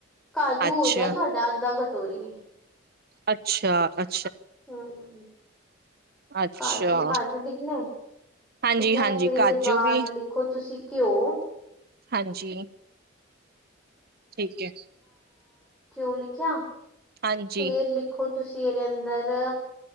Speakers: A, in the centre; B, on the right.
A: ਕਾਜੂ
B: ਅੱਛਾ
A: ਹੋ ਜਾਣ ਤੁਹਾਡਾ ਅੱਧਾ ਘੱ ਤੋਰੀ
B: ਅੱਛਾ, ਅੱ
A: ਹਮ
B: ਅੱਛਾ
A: ਕਾਜੂ, ਕਾਜੂ ਲਿਖ ਨੇ ਠੀਕ
B: ਹਾਂਜੀ
A: ਹੈ
B: ਹਾਂਜੀ
A: ਫੇਰ ਇਹਦੇ
B: ਕਾਜੂ
A: ਬਾਅਦ
B: ਵੀ
A: ਲਿਖੋ ਤੁਸੀਂ ਘਿਓ,
B: ਹਾਂਜੀ। ਠੀਕ ਹੈ।
A: ਘਿਉਂ ਲਿਖਿਆ?
B: ਹਾਂਜੀ
A: ਫਿਰ ਲਿਖੋ ਤੁਸੀਂ ਇਹਦੇ ਅੰਦਰ,